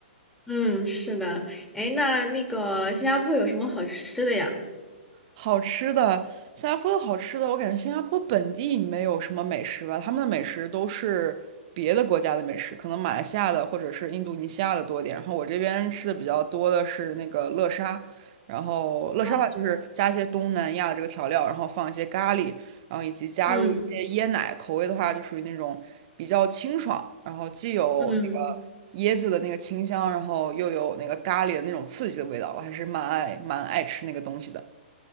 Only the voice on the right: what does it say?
好吃的，新加坡的好吃的，我感觉新加坡本地没有什么美食吧，他们的美食都是别的国家的美食，可能马来西亚的或者是印度尼西亚的多一点。然后我这边吃的比较多的是那个乐沙，然后乐沙的话就是加一些东南亚的这个调料，
然后放一些咖喱，然后以及加入一些椰奶，
口味的话就属于那种比较清爽，然后既有那个椰子的那个清香，
然后又有那个咖喱的那种刺激的味道，我还是蛮爱蛮爱吃那个东西的。